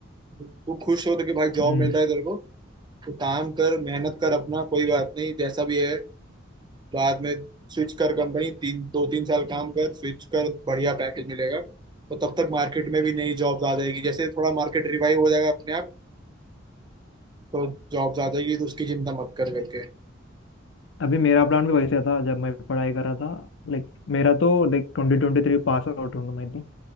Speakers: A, on the right; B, on the left.
A: तू खुश हो तो कि भाई जॉब
B: हम्म
A: मिल रहा है तेरे को तो काम कर मेहनत कर अपना कोई बात नहीं जैसा भी है बाद में स्विच कर कंपनी तीन दो तीन साल काम कर स्विच कर बढ़िया पैकेज मिलेगा तो तब तक मार्केट में भी नई जॉब्स आ जाएगी जैसे थोड़ा मार्केट रिवाइव हो जाएगा अपने आप तो जॉब्स आ जाएगी तो उसकी चिंता मत कर करके
B: अभी मेरा प्लान भी वैसे था जब मैं पढ़ाई कर रहा था लाइक मेरा तो लाइक ट्वेंटी ट्वेंटी थ्री पास आउट हूँ मैं तो